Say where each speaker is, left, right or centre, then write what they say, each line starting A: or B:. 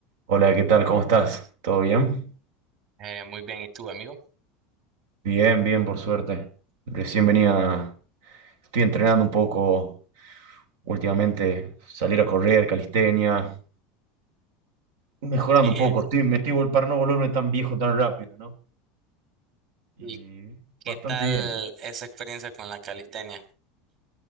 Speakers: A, on the right; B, on the right.
A: Hola, ¿qué tal? ¿Cómo estás? ¿Todo bien?
B: Eh, muy bien, ¿y tú, amigo?
A: Bien, bien, por suerte. Recién venía, estoy entrenando un poco últimamente, salir a correr, calistenia, mejorando
B: Sí.
A: un poco.
B: eh,
A: Estoy, me estoy vol- para no volverme tan viejo tan rápido, ¿no? Y
B: ¿Y qué
A: bastante
B: tal
A: bien.
B: esa experiencia con la calistenia?